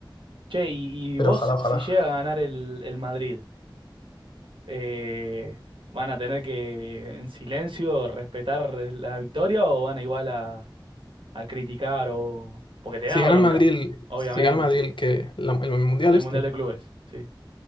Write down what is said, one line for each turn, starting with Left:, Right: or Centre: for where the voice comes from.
Right: Che, y, y
Left: pero
Right: vos,
Left: ojalá, ojalá.
Right: si llega a ganar el, el Madrid, eh, ¿van a tener que en silencio respetar la victoria o van a igual a, a criticar o... Porque te
Left: Si
Right: da
Left: gana
Right: bronca,
Left: el Madrid,
Right: obviamente.
Left: si gana el Madrid que la- el Mundial
Right: El
Left: este.
Right: Mundial de Clubes, sí.